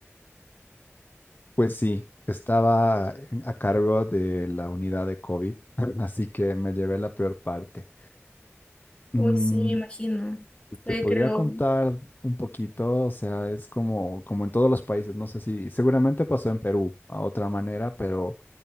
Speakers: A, on the left; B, on the left.
A: Pues sí, estaba en- a cargo de la unidad de COVID, <laughs> así que me llevé la peor parte.
B: Uy,
A: Mm,
B: sí, me imagino. Fue,
A: Te podría
B: creo,
A: contar un poquito, o sea, es como, como en todos los países, no sé si seguramente pasó en Perú a otra manera, pero